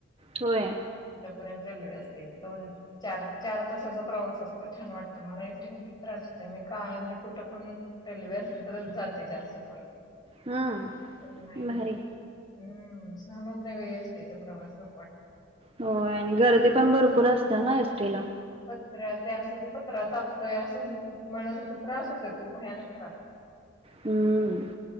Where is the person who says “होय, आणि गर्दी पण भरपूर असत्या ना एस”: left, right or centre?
Right